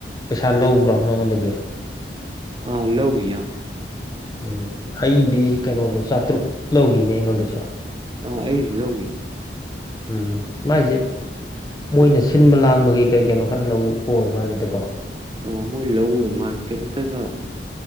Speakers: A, on the left; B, on the right.
A: ꯄꯩꯁꯥ ꯂꯧꯕ꯭ꯔꯣ ꯅꯪꯉꯣꯟꯗꯒꯤ
B: ꯑ ꯂꯧꯒꯤ ꯏꯌꯥꯝ
A: ꯎꯝ ꯑꯩꯗꯤ ꯀꯩꯅꯣꯗꯣ ꯆꯥꯇ꯭ꯔꯨꯛ ꯂꯧꯈꯤꯅꯦ ꯑꯩꯉꯣꯟꯗꯩꯁꯨ
B: ꯑ ꯑꯩꯁ ꯂꯧꯒꯤ
A: ꯎꯝ ꯃꯥꯏꯁꯦ ꯃꯣꯏꯅ ꯁꯤꯟꯕ ꯂꯥꯡꯕꯒꯤ ꯀꯩ ꯀꯩꯅꯣ ꯈꯔ ꯂꯧꯕ ꯑꯣꯏꯕ ꯃꯥꯜꯂꯤꯗꯀꯣ
B: ꯑꯣ ꯃꯣꯏ ꯂꯧꯕꯩꯑꯣꯏꯔ ꯃꯥꯂꯦ ꯀꯩꯝꯇꯒ